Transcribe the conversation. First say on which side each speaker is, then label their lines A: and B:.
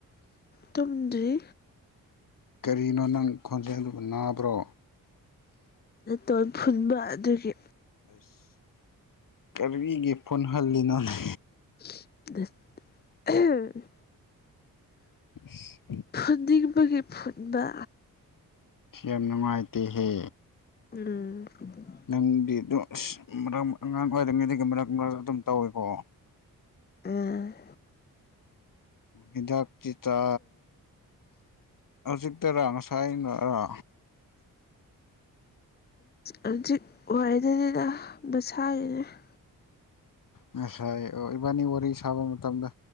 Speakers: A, on the left; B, on the left.
A: ꯇꯨꯝꯗ꯭ꯔꯤ
B: ꯀꯔꯤꯅꯣ ꯅꯪ ꯈꯣꯟꯖꯦꯜꯗꯨ ꯅꯥꯕ꯭ꯔꯣ
A: ꯇꯣꯟ ꯐꯨꯟꯕ ꯑꯗꯨꯒꯤ
B: ꯑꯁ ꯀꯔꯤꯒꯦ ꯐꯨꯣꯟ ꯍꯜꯂꯤꯅꯣꯅꯦ
A: <unintelligible>
B: ꯑ
A: ꯐꯨꯟꯗꯤꯕꯒꯤ ꯐꯨꯟꯕ
B: ꯁꯤ ꯌꯥꯝ ꯅꯨꯡꯉꯥꯏꯇꯦꯍꯦ
A: ꯎꯝ <inaudible>
B: ꯅꯪꯗꯤ ꯑꯗꯨ ꯑꯁ ꯃꯔꯛ ꯑꯉꯥꯡ ꯑꯣꯏꯔꯤꯉꯩꯗꯒꯤ ꯃꯔꯛ ꯃꯔꯛ ꯑꯗꯨꯝ ꯇꯧꯏꯀꯣ
A: ꯎꯝ
B: ꯍꯤꯗꯥꯛꯇꯤ ꯇ ꯍꯧꯖꯤꯛꯇꯔ ꯉꯁꯥꯏ ꯅꯔꯥ
A: ꯍꯧꯖꯤꯛ ꯋꯥꯗꯅꯤꯅ ꯃꯁꯥꯒꯤꯅꯦ <inaudible>
B: ꯉꯁꯥꯏ ꯑꯣ ꯏꯕꯥꯅꯤ ꯋꯥꯔꯤ ꯁꯥꯕ ꯃꯇꯝꯗ